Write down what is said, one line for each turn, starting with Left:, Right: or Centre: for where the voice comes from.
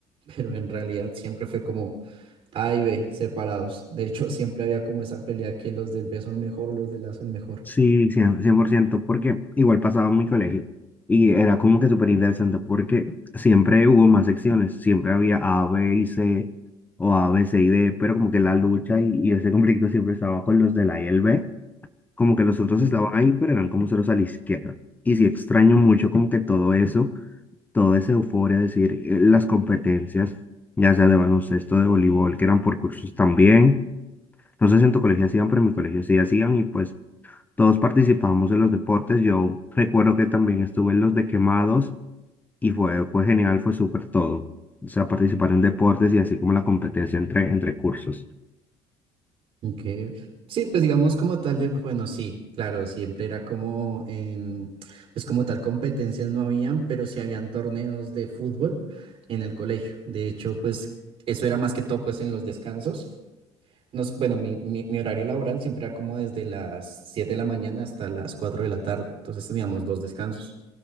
Right: pero en realidad siempre fue como A y B separados. De hecho, <laughs> siempre había como esa pelea que los del B son mejor, los del A son mejor.
Left: Sí, cien- 100%, porque igual pasaba en mi colegio y era como que súper interesante porque siempre hubo más secciones, siempre había A, B y C o A, B, C y D, pero como que la lucha y, y ese <laughs> conflicto siempre estaba con los del A y el B. como que los otros
Right: Ujú.
Left: estaban ahí, pero eran como ceros a la izquierda. Y sí extraño mucho como que todo eso, toda esa euforia, es decir, eh, las competencias, ya sea de baloncesto, de voleibol, que eran por cursos también. No sé si en tu colegio hacían, pero en mi colegio sí hacían y pues todos participábamos en los deportes. Yo recuerdo que también estuve en los de quemados y fue, fue genial, fue súper todo. O sea, participar en deportes y así como la competencia entre, entre cursos.
Right: Ok. Sí, pues digamos como tal de, bueno, sí, claro, siempre era como en, pues como tal competencias no habían, pero sí habían torneos de fútbol en el colegio. De hecho, pues eso era más que todo pues en los descansos. Nos, bueno, mi, mi, mi horario laboral siempre era como desde las 7 de la mañana hasta las 4 de la tarde. Entonces teníamos dos descansos.